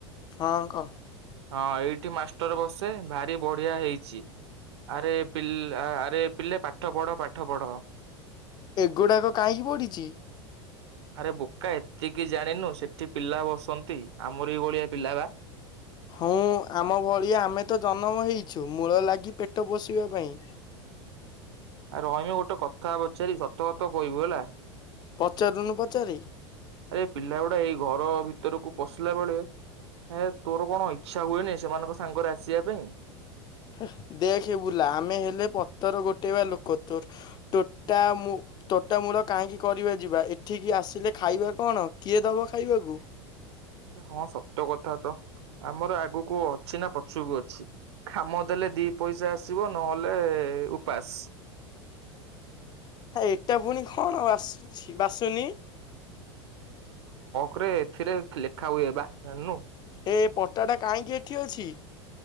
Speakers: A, on the left; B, on the right.
A: ହଁ କହ।
B: ହଁ ଏଇଠି ମାଷ୍ଟର ବସେ ଭାରି ବଢିଆ ହେଇଚି ଆରେ ପି ଲେ ଆରେ ପିଲେ ପାଠ ପଢ ପାଠ ପଢ।
A: ଏଗୁଡାକ କାହିଁକି ପଡିଚି?
B: ଆରେ ବୋ କା ଏତିକି ଜାଣିନୁ ସେଠି ପିଲା ବସନ୍ତି ଆମର ଏଇ ଭଳିଆ ପିଲା ବା
A: ହଁ ଆମ ଭଳିଆ ଆମେ ତ ଜନ୍ମ ହେଇଚୁ ମୂଳ ଲାଗି ପେଟ ପୋଷିବା ପାଇଁ
B: ଆ ରହିମ ଗୋଟେ କଥା ପଚାରିବି ସତ ସତ କହିବୁ ହେଲା।
A: ପଚାରୁନୁ ପଚାରେ?
B: ଆରେ ପିଲା ଗୁଡା ଏଇ ଘର ଭିତରକୁ ପଶିଲା ବେଳେ ଏ ତୋର କଣ ଇଚ୍ଛା ହୁଏନି ସେମାନଙ୍କ ସାଙ୍ଗରେ ଆସିବା ପାଇଁ
A: ହେ ଦେଖେ ବୁଲା ଆମେ ହେଲେ ପତର ଗୋଟେଇବା ଲୋକ ତୋ ତୋଟ ମୁ ତୋଟା ମୂଳ କାହିଁକି କରିବା ଯିବା ଏଠିକି ଆସିଲେ ଖାଇବା କଣ କିଏ ଦବ ଖାଇବାକୁ?
B: ହଁ ସତ କଥାତ। ଆମର ଆଗକୁ ଅଛି ନା ପଛୁକୁ ଅଛି କାମ ଦେଲେ ଦି ପଇସା ଆସିବ ନହେଲେ ଉପାସ।
A: ଏଟା ପୁଣି କଣ ବାସୁଚି ବାସୁନି ।
B: କିରେ ଏଥିରେ ଲେଖା ହୁଏ ବା ଜାଣିନୁ।
A: ଏ ପଟାଟା କାହିଁକି ଏଠି ଅଛି